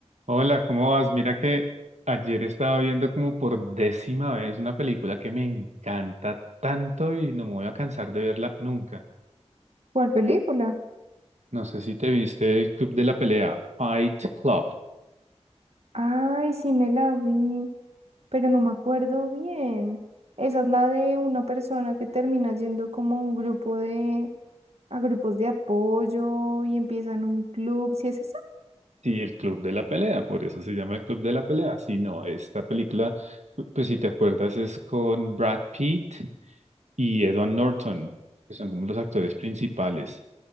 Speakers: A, on the right; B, on the right.
A: Hola, ¿cómo vas? Mira que ayer estaba viendo como por décima vez una película que me encanta tanto y no me voy a cansar de verla nunca.
B: ¿Cuál película?
A: No sé si te viste el Club de la Pelea, Fight Club.
B: Ay, sí me la vi, pero no me acuerdo bien. Esa es la de una persona que termina yendo como a un grupo de, a grupos de apoyo y empiezan un club. ¿Sí es esa?
A: Sí, el Club de la Pelea, por eso se llama el Club de la Pelea. Si no, esta película, pues si te acuerdas, es con Brad Pitt y Edward Norton, que son como los actores principales.